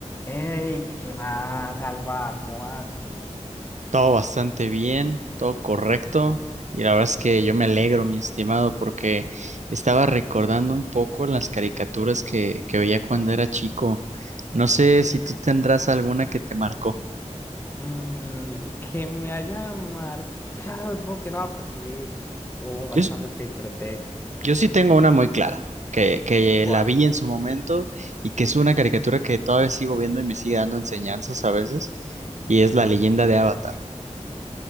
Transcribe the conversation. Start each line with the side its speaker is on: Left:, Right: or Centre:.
Left: Hey, ¿qué más, Alba? ¿Cómo vas?
Right: Todo bastante bien, todo correcto. Y la verdad es que yo me alegro, mi estimado, porque estaba recordando un poco las caricaturas que, que veía cuando era chico. No sé si tú tendrás alguna que te marcó.
Left: Mm, que me haya marcado, supongo que no, pero sí, hubo bastantes
Right: Yo, s-
Left: que disfruté.
Right: yo sí tengo una muy clara, que, que
Left: ¿Cuál?
Right: la vi en su momento y que es una caricatura que todavía sigo viendo y me sigue dando enseñanzas a veces, y es La leyenda de Avatar.